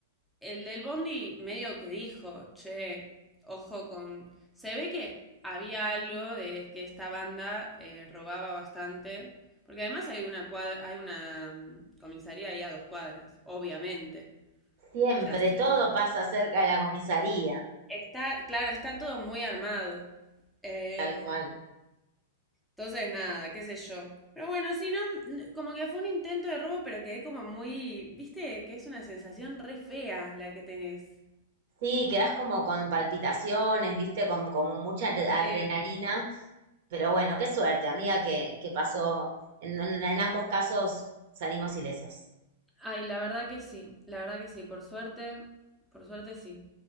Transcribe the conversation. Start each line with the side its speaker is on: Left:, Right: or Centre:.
Centre: el del Bondi medio que dijo, che, ojo con... Se ve que había algo de que esta banda eh, robaba bastante, porque además hay una, cuad- hay una mm, comisaría ahí a dos cuadras, obviamente.
Right: Siempre
Centre: O sea, se-
Right: todo pasa cerca de la comisaría,
Centre: está, claro, está todo muy armado. Eh,
Right: tal cual.
Centre: entonces, nada, qué sé yo. Pero bueno, sí no, n- como que fue un intento de robo, pero quedé como muy, viste, que es una sensación re fea la que tenés.
Right: Sí, quedás como con palpitaciones, viste, con como mucha ad- adrenalina,
Centre: Sí.
Right: pero bueno, qué suerte, amiga, que, que pasó. En, en- en ambos casos salimos ilesas.
Centre: Ay, la verdad que sí, la verdad que sí, por suerte, por suerte sí.